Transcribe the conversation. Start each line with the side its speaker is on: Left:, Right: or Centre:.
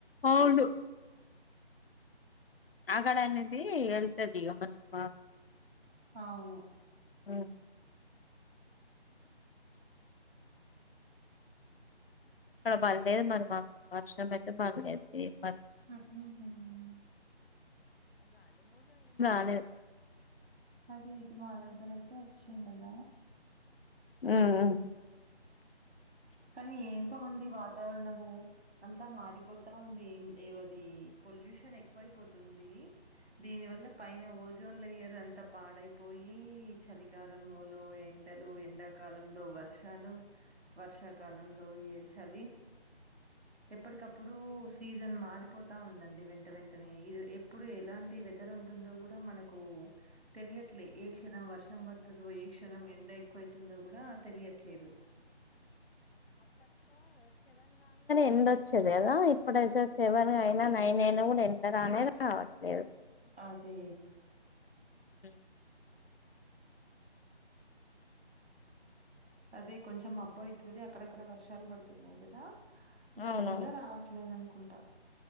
Left: అవును అక్కడ నుంచి వెళ్తది ఇగ ఆ
Right: ఆవును
Left: ఉను పోతాంటే బరమ <unintelligible> రి మా వర్షం అయితే బర్లేదు మ
Right: అవునవును
Left: అదే
Right: అదే ఇటు మా దగ్గర అయితే వచ్చిందమ్మ
Left: హ్మ్. హ్మ్.
Right: కానీ ఏంత మంది వాతావరణము అంతా మారిపోతా ఉంది ఏవది పొల్యూషన్ ఎక్కువైపోతుంది దీని వల్ల పైన ఓజోన్ లేయర్ అంత పాడైపోయి చలికాలం ఎండలు ఎండాకాలంలో వర్షాలు వర్ష కాలంలో ఇగ చలి ఎప్పటికప్పుడు సీజన్ మారిపోతా ఉందండి వెంట వెంటనే ఇది ఎప్పుడు ఎలాంటి వెదర్ ఉ ఉంటుందో కూడా మనకు తెలియట్లే ఏ క్షణం వర్షం పడుతుందో ఏ క్షణం ఎండ ఎక్కువ అయితుందో కూడా తెలియట్లేదు
Left: ఎండొచ్చేది కదా ఇప్పుడైతే సెవెన్ అయినా నైన్ అయినా కూడా ఎండ రానే రావట్లేదు
Right: అదే
Left: హ్మ్.
Right: అది కొంచెం అబ్బాయి <unintelligible> అక్కడక్కడ వర్షాలు పడుతున్నాయి కదా దాని
Left: అవునవును
Right: వల్ల రావట్లేదు అనుకుంటా